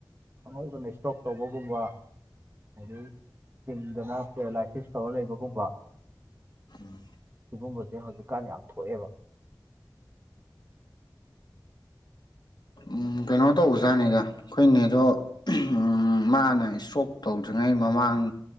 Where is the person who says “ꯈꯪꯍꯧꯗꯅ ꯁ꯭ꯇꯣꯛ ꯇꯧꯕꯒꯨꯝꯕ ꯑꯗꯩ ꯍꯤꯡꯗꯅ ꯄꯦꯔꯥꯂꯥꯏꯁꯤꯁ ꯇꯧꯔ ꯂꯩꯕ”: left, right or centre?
Right